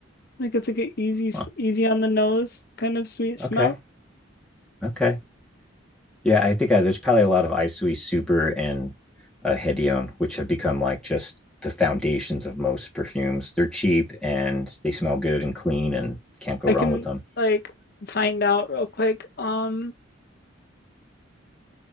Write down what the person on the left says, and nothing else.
Like it's like an easy, s-
easy on the nose kind of sweet
smell.
I
can
like find out real quick. Um,